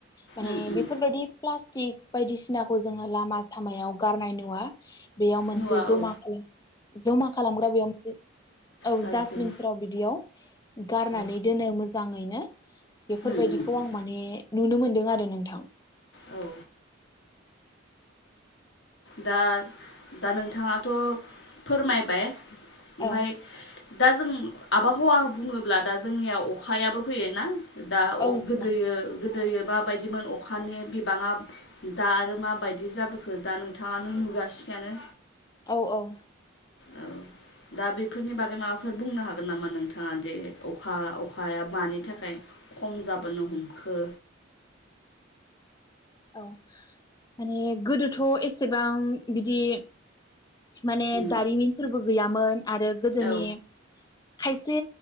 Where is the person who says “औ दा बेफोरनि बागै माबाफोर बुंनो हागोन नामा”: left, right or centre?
Left